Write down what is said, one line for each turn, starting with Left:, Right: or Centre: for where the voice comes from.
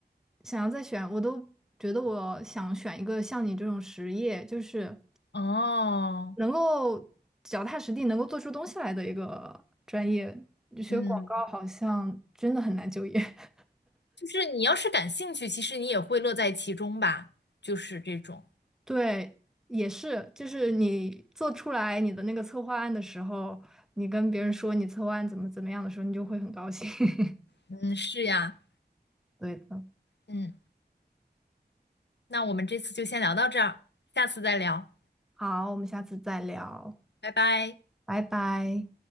Centre: 想要再选，我都觉得我想选一个像你这种实业，就是
Left: <laughs> 哦，
Centre: 能够脚踏实地，能够做出东西来的一个专业。学广告好像真的很难就业。
Left: 嗯。
Centre: <laughs>
Left: 就是你要是感兴趣，其实你也会乐在其中吧，就是这种。
Centre: 对，也是，就是你做出来你的那个策划案的时候，你跟别人说你策划案怎么怎么样的时候，你就会很高兴。<laughs>
Left: 嗯，是呀，
Centre: 对的，
Left: 嗯，那我们这次就先聊到这儿，下次再聊，
Centre: 好，我们下次再聊，
Left: 拜拜。
Centre: 拜拜。